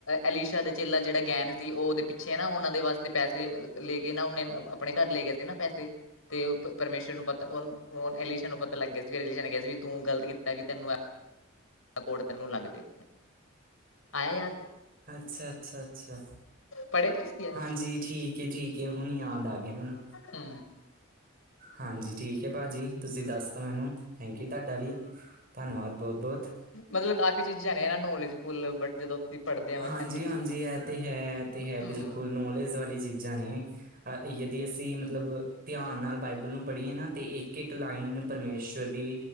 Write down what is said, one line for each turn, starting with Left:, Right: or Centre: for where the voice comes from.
Left: ਐਲੀਸ਼ਾ ਦੇ ਚੇਲਾ ਜਿਹੜਾ ਗੈਨ ਸੀ ੳਹ ਉਹਦੇ ਪਿੱਛੇ ਏਨਾ, ਉਹਨਾਂ ਦੇ ਵਾਸਤੇ ਪੈਸਲੇ ਲੈ ਕੇ ਨਾ ਓਨੇ ਆਪਣੇ ਘਰ ਲੈ ਗਿਆ ਸੀ ਨਾ ਪੈਸੇ। ਤੇ ਪਰਮੇਸ਼ਰ ਨੂੰ ਪਤਾ ੳਹ ੳਹ ਅਲੀਸ਼ਾ ਨੂੰ ਪਤਾ ਲੱਗ ਗਿਆ ਸੀ ਵੀ ਅਲੀਸ਼ਾ ਨੇ ਕਿਹਾ ਸੀ ਵੀ ਤੂੰ ਗਲਤ ਕੀਤਾ ਵੀ ਤੈਨੂੰ ਦਾ ਕੌੜ ਤੈਨੂੰ ਲੱਗ ਜੇ, ਆਇਆ ਯਾਦ।
Right: ਅੱਛਾ-ਅੱਛਾ, ਅੱਛਾ।
Left: ਪੜ੍ਹੇ ਨੀ ਤੁਸੀਂ ਐ?
Right: ਹਾਂਜੀ ਠੀਕ ਹੈ, ਠੀਕ ਹੈ ਹੁਨ ਯਾਦ ਆ ਗਿਆ ਮੈਨੂੰ।
Left: ਹੁ।
Right: ਹਾਂਜੀ ਠੀਕ ਹੈ ਭਾਜੀ, ਤੁਸੀਂ ਦੱਸ ਤਾਂ ਮੈਨੂੰ ਥੈਂਕ ਯੂ ਤਹਾਡਾ ਵੀ ਧੰਨਵਾਦ ਬੋਤ-ਬੋਤ।
Left: ਮਤਲਬ ਕਾਫ਼ੀ ਚੀਜ਼ਾਂ ਨੇ ਇਹ ਨੋਲੇਜਫੁੱਲ ਬਟ ਜਦੋਂ ਅਸੀਂ ਪੜ੍ਹਦੇ ਹਾਂ ਬੱਚਿਆਂ
Right: ਹਾਂਜੀ-ਹਾਂਜੀ
Left: ਨੂੰ
Right: ਇਹ ਤੇ ਹੈ, ਇਹ ਤੇ ਹੈ
Left: ਹੂੰ।
Right: ਬਿਲਕੁਲ ਨੋਲੇਜ ਵਾਲੀ ਚੀਜ਼ਾਂ ਨੇ। ਅ ਯਦੀ ਅਸੀਂ ਮਤਲਬ ਧਿਆਨ ਨਾਲ ਬਾਈਬਲ ਨੂੰ ਪੜ੍ਹੀਏ ਨਾ ਤੇ ਇੱ ਇੱਕ-ਇੱਕ ਲਾਈਨ ਪਰਮੇਸ਼ਵਰ ਦੀ